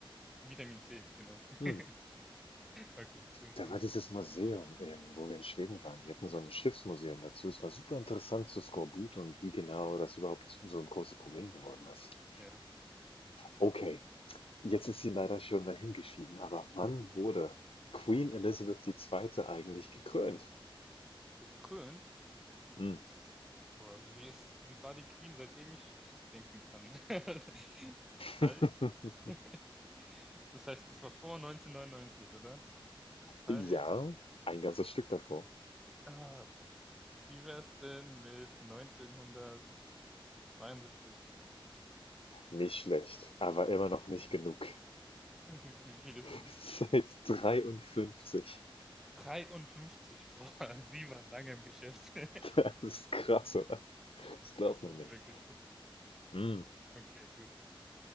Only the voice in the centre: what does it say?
Vitamin C, genau.
<laughs> Okay, du bist
dran.
Ja.
Gekrönt
Das, boah, sie ist, sie war die Queen, seitdem ich zurückdenken kann. <laughs> Das heißt,
<laughs> das heißt, das war vor 1999, oder? Das heißt,
ah, wie wäre es denn mit 1972? <laughs>
Wie viel ist
es denn?
53, boah, <laughs> sie war lange im Geschäft. <laughs>
Das ist
wirklich krass.
Okay, gut.